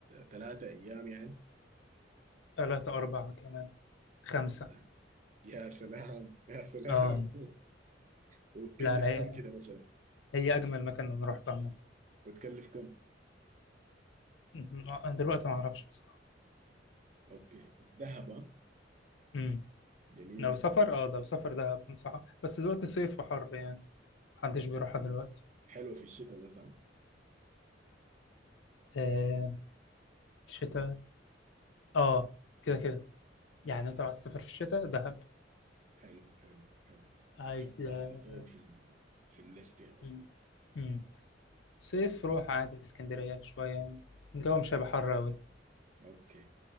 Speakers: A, on the right (about 40°); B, on the left (about 80°).
A: ثلاثه ايام يعني
B: ثلاثة أربعة كمان خمسة
A: آه. يا سلام يا سلام
B: آه
A: <laughs> وتكلف
B: لا لا هي,
A: كم كده مثلا
B: هي أجمل مكان أنا روحته عامة
A: بتكلف كم
B: مهم. آه، أنا دلوقتي ما أعرفش بصراحة
A: اوكي دهب آه.
B: مم.
A: جميله
B: لو سفر
A: طيب
B: آه لو سفر دهب أنصحك بس دلوقتي صيف وحر يعني محدش بيروحها دلوقتي
A: حلوه في الشتاء بس ها
B: آه شتاء آه كده كده يعني أنت لو عايز تسافر في الشتاء دهب
A: حلو حلو حلو
B: عايز
A: هحطها
B: آه،
A: على طول في ال... في الليست يا مان
B: مم. مم. صيف روح عادي اسكندرية شوية الجو مش هيبقى حر أوي
A: اوكي